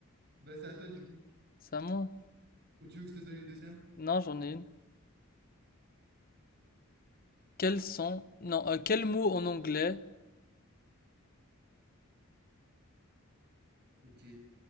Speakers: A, on the right; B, on the left.
A: bah, c'est à toi du coup.
B: C'est à moi?
A: Ou tu veux que je te donne une deuxième?
B: Non, j'en ai une. Quels sont... Non, euh, quel mot en anglais,
A: Ok,